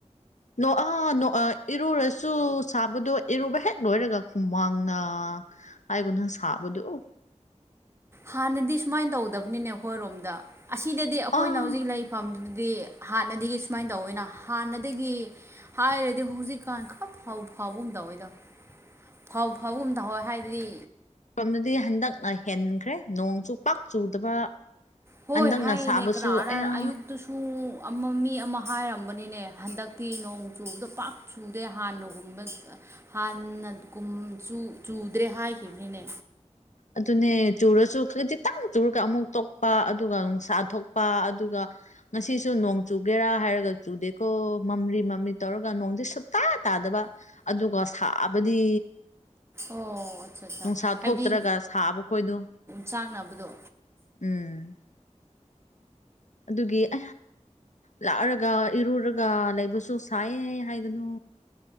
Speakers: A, on the left; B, on the right.
A: ꯅꯣꯛꯑ ꯅꯣꯛꯑ ꯏꯔꯨꯔꯁꯨ ꯁꯥꯕꯗꯣ ꯏꯔꯨꯕ ꯍꯦꯛ ꯂꯣꯏꯔꯒ ꯍꯨꯃꯥꯡꯅ ꯑꯩꯒꯣꯟꯅ ꯁꯥꯕꯗꯨ ꯑꯣ
B: ꯍꯥꯟꯅꯗꯤ ꯁꯨꯃꯥꯏꯅ ꯇꯧꯗꯕꯅꯤꯅꯦ ꯑꯈꯣꯏꯔꯣꯝꯗ ꯑꯁꯤꯗꯗꯤ ꯑꯈꯣꯏꯅ
A: ꯑꯥ
B: ꯍꯧꯖꯤꯛ ꯂꯩ- ꯐꯝꯗꯨꯗꯤ ꯍꯥꯟꯅꯗꯒꯤ ꯁꯨꯃꯥꯏꯅ ꯇꯧꯋꯦꯅ ꯍꯥꯟꯅꯗꯒꯤ ꯍꯥꯏꯔꯗꯤ ꯍꯧꯖꯤꯛꯀꯥꯟ ꯈꯔ ꯐꯥꯎꯐꯕꯒꯨꯝ ꯇꯧꯋꯦꯗ ꯐꯧꯐꯕꯒꯨꯝ ꯇꯧꯋꯦ ꯍꯥꯏꯗꯤ
A: ꯁꯣꯝꯗꯗꯤ ꯍꯟꯗꯛꯅ ꯍꯦꯟꯈ꯭ꯔꯦ ꯅꯣꯡꯁꯨꯨ ꯄꯥꯛ ꯆꯨꯗꯕ
B: ꯍꯣꯏ
A: ꯍꯟꯗꯛꯅ
B: ꯍꯥꯏꯅꯦ
A: ꯁꯥꯕꯁꯨ
B: ꯀꯔꯥꯔ
A: ꯑꯌꯥ
B: ꯑꯌꯨꯛꯇꯨꯁꯨ ꯑꯃ ꯃꯤ ꯑꯃ ꯍꯥꯏꯔꯝꯕꯅꯦꯅꯦ ꯍꯟꯗꯛꯇꯤ ꯅꯣꯡ ꯆꯨꯕꯗ ꯄꯥꯛ ꯆꯨꯗꯦ ꯍꯥꯟꯅꯒꯨꯝꯕ ꯍꯥꯟꯅ ꯀꯨꯝ ꯆꯨ ꯆꯨꯗ꯭ꯔꯦ ꯍꯥꯏꯈꯤꯕꯅꯤꯅꯦ
A: ꯑꯗꯨꯅꯦ ꯆꯨꯔꯁꯨ ꯈꯖꯤꯇꯪ ꯆꯨꯔꯒ ꯑꯃꯨꯛ ꯇꯣꯛꯄ ꯑꯗꯨꯒ ꯅꯨꯡꯁꯥ ꯊꯣꯛꯄ ꯑꯗꯨꯒ ꯉꯁꯤꯁꯨ ꯅꯣꯡ ꯆꯨꯒꯦꯔꯥ ꯍꯥꯏꯔꯒ ꯆꯨꯗꯦꯀꯣ ꯃꯝꯔꯤ ꯃꯃꯤ ꯇꯧꯔꯒ ꯅꯣꯡꯗꯤ ꯁꯨꯇꯥ ꯇꯥꯗꯕ ꯑꯗꯨꯒ ꯁꯥꯕꯗꯤ
B: ꯑꯣ ꯁꯠꯁꯥ
A: ꯅꯨꯡꯁꯥ
B: ꯍꯥꯏꯕꯗꯤ
A: ꯊꯣꯛꯇ꯭ꯔꯒ ꯁꯥꯕ ꯈꯣꯏꯗꯣ
B: ꯆꯥꯛꯅꯕꯗꯣ
A: ꯎꯝ ꯑꯗꯨꯒꯤ <unintelligible> ꯂꯥꯛꯑꯔꯒ ꯏꯔꯨꯔꯒ ꯂꯩꯕꯁꯨ ꯁꯥꯏꯌꯦ ꯍꯥꯏꯒꯅꯨ